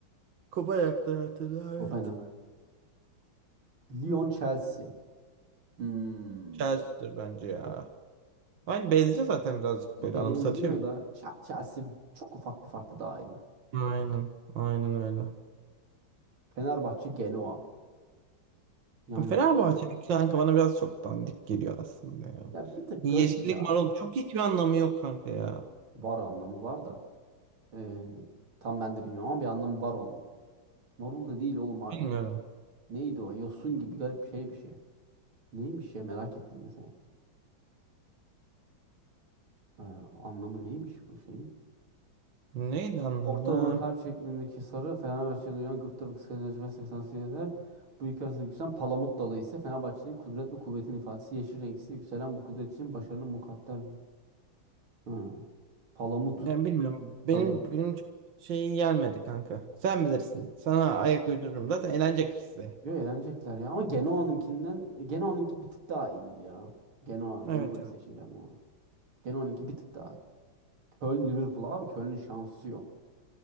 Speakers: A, on the right; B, on the right.
A: Kupa yaktı hatırla
B: Kopenhag.
A: evet.
B: Lyon Chelsea. Hmm.
A: Chelsea'dir bence ya. Aynı benziyor zaten birazcık
B: Benziyor
A: böyle anımsatıyor bile.
B: da Ch- Chelsea çok ufak bir farkla daha iyi.
A: Aynen. Aynen öyle.
B: Fenerbahçe Genoa. Yani
A: Fenerbahçe'nin kanka bana biraz çok dandik geliyor aslında ya.
B: ya bir tık
A: Yeşillik
B: garip ya.
A: marul çok hiçbir anlamı yok kanka ya.
B: Var anlamı var da. Ee, tam ben de bilmiyorum ama bir anlamı var onun. Marul da değil oğlum. Ay-
A: Bilmiyorum.
B: o- Neydi o? Yosun gibi garip şey bir şey. Neymiş ya merak ettim mesela. Ee, anlamı neymiş bu şey?
A: Neydi anlamı?
B: Ortalama kalp şeklindeki sarı Fenerbahçe'de uyan gıpta ve kıskanç acı ve seksansı Bu iki arasında yükselen palamut dalı ise Fenerbahçe'nin kudret ve kuvvetin ifadesi. Yeşil renk ise yükselen bu kudret için başarının mukadder. Ha, palamut
A: Yani bilmiyorum. Benim
B: dalı.
A: benim çok şeyi gelmedi kanka. Sen bilirsin. Sana ayak uydururum. Zaten eğlenecek ikisi de.
B: Yo eğlenecekler ya. Ama Genoa'nınkinden Genoa'nınki bir tık daha iyi gibi ya. Genoa, Genoa'yı
A: Evet evet.
B: seçeceğim ya. Genoa'nınki bir tık daha iyi. Köln Liverpool abi Köln'ün şansı yok.